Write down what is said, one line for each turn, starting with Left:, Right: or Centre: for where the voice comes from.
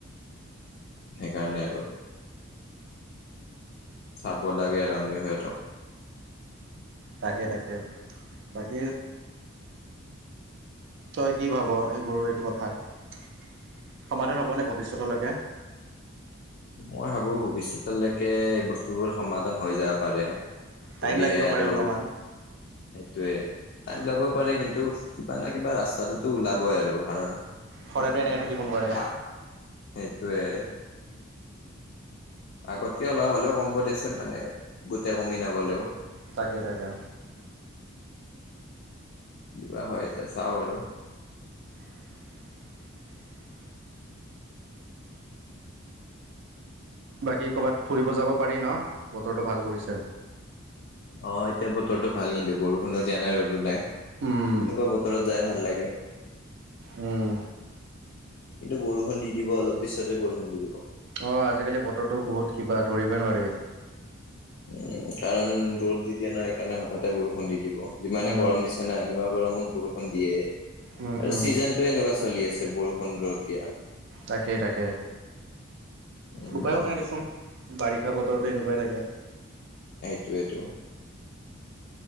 Left: সেইকাৰণে আৰু। চাব লাগে আমিও সিহঁতক।
Right: তাকে। তাকে। বাকী তই কি ভাৱ এইবোৰ এইটো কথাত? সমাধান হ'বনে ভৱিষ্যতলৈকে?
Left: মই ভাবো ভৱিষ্যতলৈকে এই বস্তুবোৰ সমাধান হৈ যাব পাৰে।
Right: টাইম
Left: যদিহে
Right: লাগিব
Left: আৰু
Right: পাৰে
Left: সেইটোৱে
Right: অলপমান
Left: টাইম লবও পাৰে, কিন্তু কিবা নয় কিবা ৰাস্তাটোতো ওলাবই আৰু। কাৰণ
Right: সদায়তো এনেকে থাকিব নোৱাৰে।
Left: আহ <unintelligible> আগতকে অলপ হ'লেও কমব দেচোন মানে গোটে কমি নগলেও।
Right: তাকে। তাকে।
Left: কি বা হয় এতিয়া চাওঁ বাৰু!
Right: <inaudible> বাকী ক'ৰবাত ফুৰিব যাব পাৰি ন। বতৰটো ভাল কৰিছে।
Left: অহ। এতিয়া বতৰটো ভাল কিন্তু বৰষুণো দিয়া নাই। ৰ'দো নাই।
Right: উম
Left: এনেকুৱা বতৰত যাই ভাল লাগে।
Right: উম।
Left: কিন্তু বৰষুণ দি দিব। অলপ পিছতে বৰষুণ দি দিব।
Right: অহ। আজিকালি বতৰটো বহুত কিবা। ধৰিবই নোৱাৰি।
Left: উম। কাৰণ ৰ'দ দি দিয়ে ন। সেইকাৰণে হঠাতেই বৰষুণ দি দিব। যিমানে
Right: উম
Left: গৰম দিছে না, এনেকুৱা হ'ব গৰমত বৰষুণ দিয়ে।
Right: উম
Left: আৰু
Right: উম
Left: চিজনতটো এনেকুৱা চলি আছে। বৰষুণ -ৰ'দ দিয়া।
Right: তাকে। তাকে।
Left: উম
Right: উপায়ো নাই দেচোন। বাৰিষা বতৰতটো এনেকুৱাই থাকে।
Left: হেইটোৱে টো।